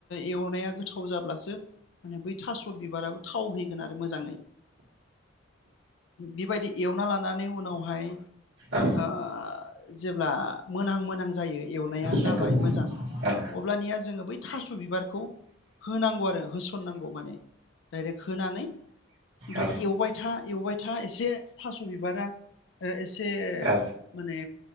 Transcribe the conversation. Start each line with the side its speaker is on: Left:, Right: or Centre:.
Left: एवनाया गोथाव जाब्लासो माने बै थास' बिबाराबो थाव हैगोन आरो मोजाङै। बिबायदि एवना लानानै उनाव हाय
Right: औ
Left: ओ जेब्ला मोनहां मोन जायो एवनाया
Right: नंगौ
Left: जाबाय मोजां
Right: औ
Left: अब्लानिया जोङो बै थास' बिबारखौ होनांगौ आरो होस सन नांगौ माने। दाइरेक्ट होनानै ओमफ्राय
Right: औ
Left: एवबाय था एवबाय था एसे थास' बिबारा ओ एसे
Right: औ
Left: माने